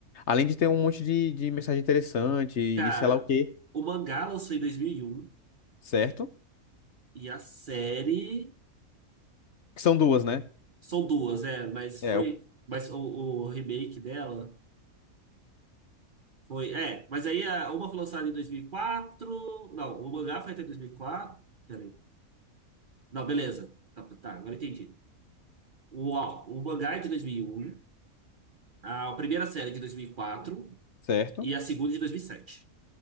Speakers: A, on the left (about 55°); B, on the right (about 45°).
A: Além de ter um monte de, de mensagem interessante e
B: cara.
A: sei lá o quê,
B: O mangá lançou em dois mil e um
A: certo?
B: e a série.
A: Que são duas, né?
B: São duas, é, mas
A: É,
B: foi.
A: o-
B: Mas o, o remake dela foi. É, mas aí a- uma foi lançada em dois mil e quatro Não, o mangá foi até 2004. Peraí. Não, beleza. Tá, tá, agora entendi. O, ó, o mangá é de dois mil e um a primeira série é de dois mil e quatro
A: certo?
B: e a segunda é de dois mil e sete